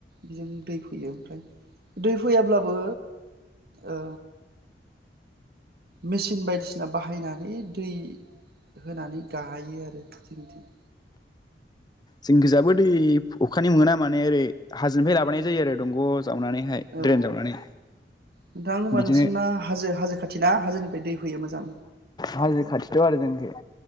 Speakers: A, on the right; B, on the left.
A: बेजों दै फोयो ओमफ्राय दै फैयाब्लाबो ओ मेचिन बायदिसिना बाहायनानै दै होनानै गाहायो आरो जोंनिथिं।
B: जोंनिखैजाबो दै अखानि मोना माने ओरै हाजोनिफ्राय लाबोनाय जायो आरो दंग' जावनानैहाय
A: औ
B: द्रेन जावनानै
A: नोंथां होमबा
B: बिदिनो
A: नोंसोरना हाजो हाजो खाथि ना हाजोनिफ्राय दै फैयो मोजां
B: हाजो खाथिथ' आरो जोंखै